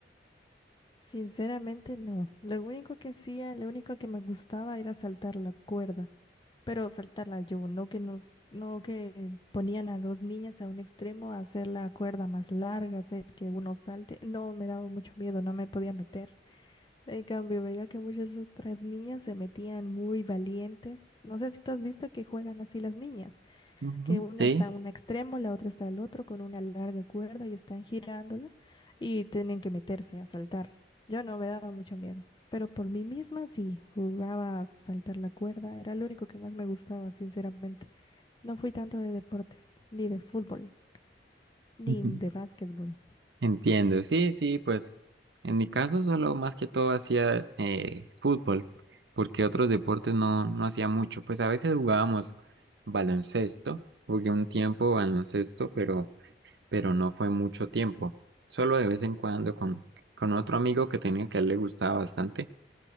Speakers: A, on the left; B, on the right.
A: Sinceramente, no. Lo único que hacía, lo único que me gustaba era saltar la cuerda. Pero saltarla yo, no que nos, no que ponían a dos niñas a un extremo a hacer la cuerda más larga, hacer que uno salte. No, me daba mucho miedo, no me podía meter. En cambio, veía que muchas otras niñas se metían muy valientes. No sé si tú has visto que juegan así las niñas
B: Ujú,
A: que una
B: Sí,
A: está a un extremo, la otra está al otro con una larga cuerda y están girándola y tienen que meterse a saltar. Yo no me daba mucho miedo, pero por mí misma sí, jugaba a saltar la cuerda, era lo único que más me gustaba, sinceramente. No fui tanto de deportes, ni de fútbol, ni
B: ujú.
A: de básquetbol.
B: entiendo. Sí, sí, pues en mi caso solo más que todo hacía eh, fútbol, porque otros deportes no, no hacía mucho. Pues a veces jugábamos baloncesto, jugué un tiempo baloncesto, pero... pero no fue mucho tiempo. Solo de vez en cuando con, con otro amigo que tenía que a él le gustaba bastante.